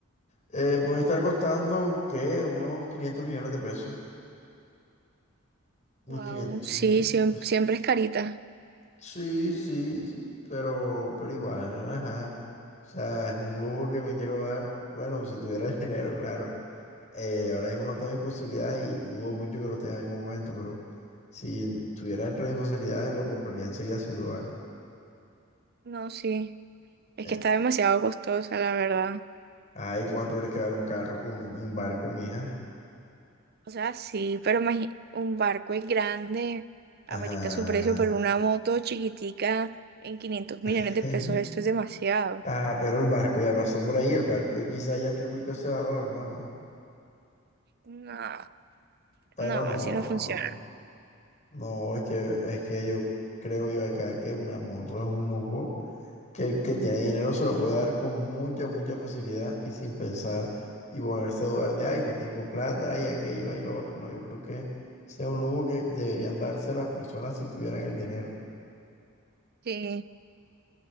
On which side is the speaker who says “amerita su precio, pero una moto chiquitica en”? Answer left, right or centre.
Right